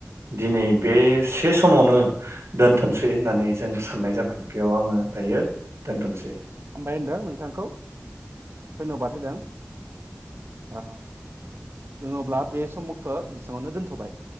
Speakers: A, on the right (about 75°); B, on the right (about 55°).
A: दिनै बे से समावनो दोनथ'सै होननानै जों साननाय जाबाय बेयाव आङो दायो दोनथ'सै
B: हामबाय होनदों नोंथांखौ धन्यबाद होदों अ जोङो अब्ला बे सममखो एसेयावनो दोनथ'बाय